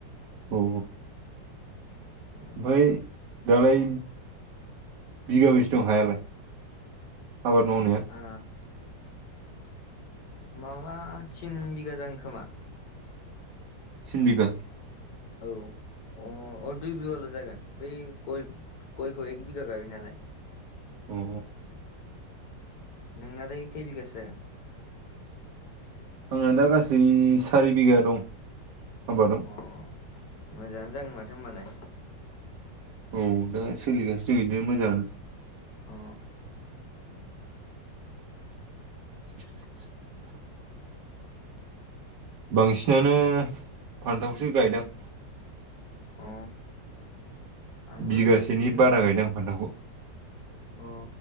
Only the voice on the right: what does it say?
औ
बै दालाय बिगाबैसो दं हायालाय आबाद मावनाया
थिन बिघा
अ
आंना दा गासै सारि बिगा दं आबादाव
औ दा सोलिगासिनो दं बिदिनो मोजाङानो
<inaudible> बांसिनानो फान्थावखौसो गायदां
बिगासेनि
बारा गायदां फान्थावखौ